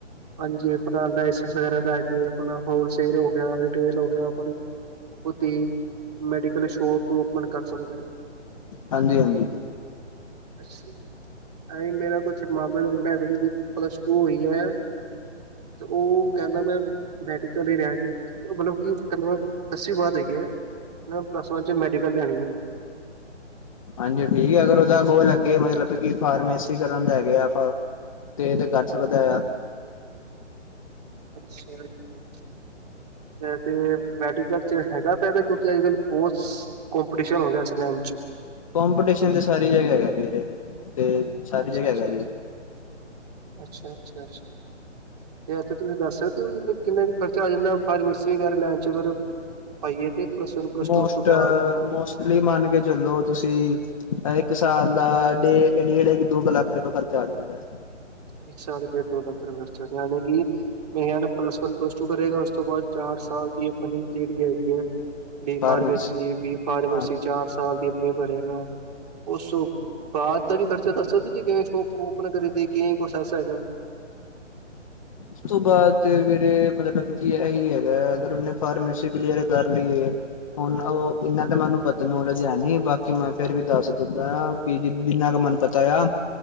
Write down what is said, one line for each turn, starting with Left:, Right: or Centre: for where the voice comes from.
Right: ਹਾਂਜੀ ਆਪਣਾ, ਲਾਈਸੈਸ ਵਗੈਰਾ ਲੈ ਕੇ ਆਪਣਾ ਹੋਲਸੇਲ ਹੋ ਗਿਆ, ਰਿਟੇਲ ਹੋ ਗਿਆ ਆਪਣੀ ਖੁਦੀ ਮੈਡੀਕਲ ਸ਼ੋਪ ਓਪਨ ਕਰ ਸਕਦੇ ਓ।
Left: ਹਾਂਜੀ-ਹਾਂਜੀ।
Right: ਅੱਛਾ। ਆਈ ਮੇਰਾ ਕੁਛ ਮਾਮੇ ਦੇ ਮੁੰਡਾ ਹੈਗਾ, ਐ ਜੀਦੀ ਪਲੱਸ-ਟੂ ਹੋਈ ਹੋਈ ਐ। ਤੇ ਉਹ ਕਹਿੰਦਾ ਮੈਂ ਮੈਡੀਕਲ ਈ ਲੈਣ ਮਤਲਬ ਕਿ ਦਸਵੀਂ ਬਾਅਦ ਹੋਈ ਐ ਮਤਲਬ ਪਲੱਸ 'ਚ' ਮੈਡੀਕਲ ਲੈਣੀ ਐ।
Left: ਹਾਂਜੀ ਠੀਕ ਆ, ਅਗਰ ਉਹਦਾ ਬੋਲ ਲੱਗੇ ਮਤਲਬ ਕਿ ਫਾਰਮੇਸੀ ਕਰਨ ਦਾ ਹੈਗੇ ਆ ਤੇ ਇਹ ਕਰ ਸਕਦਾ ਆ।
Right: ਅੱਛਾ ਜੀ। ਵੈਸੇ ਮੈਡੀਕਲ 'ਚ ਹੈਗਾ ਫਾਇਦਾ। ਕਿਉਂਕਿ ਅੱਜ ਕੱਲ ਕੋਰਸ ਕੋਂਪੀਟੀਸ਼ਨ ਹੋ ਗਿਆ ਐਸ ਟਾਈਮ 'ਚ
Left: ਕੋਂਪੀਟੀਸ਼ਨ ਤੇ ਸਾਰੀ ਜਗ੍ਹਾ ਹੈਗਾ ਵੀਰੇ। ਤੇ ਸਾਰੀ
Right: ਅੱਛਾ-ਅੱਛਾ-ਅੱਛਾ-ਅੱਛਾ-ਅੱਛਾ।
Left: ਜਗ੍ਹਾ ਹੈਗਾ ਜੀ
Right: ਥ ਤੁਸੀਂ ਦੱਸ ਸਕਦੇ ਓ ਕਿੰਨਾ ਕ ਖਰਚਾ ਆ ਜਾਂਦਾ ਫਾਰਮੇਸੀ ਵਗੈਰਾ ਲੈਂਣ 'ਚ ਅਗਰ ਭਾਈ ਏ ਤੇ ਪਲੱਸ ਵਨ ਪਲੱਸ
Left: ਮੋਸਟ
Right: ਟੂ ਉਸ ਤੋਂ ਬਾਅਦ
Left: ਮੋਸਟਲੀ ਮੰਨ ਕੇ ਚਲੋ ਤੁਸੀਂ ਇੱਕ ਸਾਲ ਦਾ ਡੇ ਡੇਢ -ਦੋ ਕੁ ਲੱਖ ਰੁਪਏ ਖਰਚਾ ਆ ਜਾਂਦਾ।
Right: ਇੱਕ ਸਾਲ ਦਾ ਦੋ ਲੱਖ ਰੁਪਏ ਖਰਚ। ਜਦ ਕਿ ਜਾ ਪਲੱਸ ਵਨ, ਪਲੱਸ ਟੂ ਕਰੇ ਗਾ ਉਸ ਤੋਂ ਬਾਅਦ ਚਾਰ ਸਾਲ ਦੀ ਆਪਣੀ ਜਿਹੜੀ ਹੈਗੀ ਏ। ਡੀ
Left: ਫਾਰਮੇਸ
Right: ਫਾਰਮੇਸੀ, ਡੀ ਫਾਰਮੇਸੀ
Left: ਹਾਂ
Right: ਚਾਰ ਸਾਲ ਦੀ ਆਪਣੀ ਕਰੇਗਾ। ਉਸ ਤੋ ਬਾਅਦ ਦਾ ਵੀ ਖਰਚਾ ਦੱਸ ਸਕਦੇ ਜੀ ਕਿਵੇਂ ਸ਼ੋਪ ਓਪਨ ਕਰੇ ਦੀ ਕਿਵੇਂ ਕੁਛ ਐਸਾ ਹੈਗਾ।
Left: ਉਸ ਤੋਂ ਬਾਅਦ ਵੀਰੇ ਮਤਲਬ ਕੀ ਇਹੀ ਹੈਗਾ। ਅਗਰ ਉਹਨੇ ਫਾਰਮੇਸੀ ਕਲੀਅਰ ਕਰ ਲੀ ਹੁਣ ਉਹ ਇਨਾ ਤਾਂ ਮੈਨੂੰ ਪਤਾ ਨੋਲੇਜ ਹੈ ਨੀ ਬਾਕੀ ਮੈਂ ਫੇਰ ਵੀ ਦੱਸ ਦਿੰਨਾ ਕਿ ਜ ਜਿੰਨਾ ਕੁ ਮੈਨੂੰ ਪਤਾ ਆ